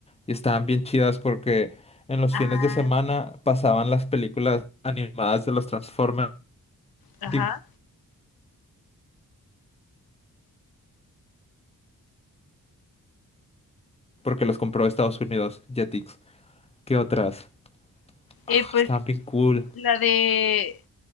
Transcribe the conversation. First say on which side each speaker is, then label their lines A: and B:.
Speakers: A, on the left (about 15°); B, on the left (about 75°).
A: y estaban bien chidas porque en los
B: Ah,
A: fines de semana pasaban las películas animadas de los Transformers
B: ajá.
A: di- porque los compró Estados Unidos, Jetix. ¿Qué otras? Ah,
B: Eh, pues
A: estaban bien cool.
B: la de,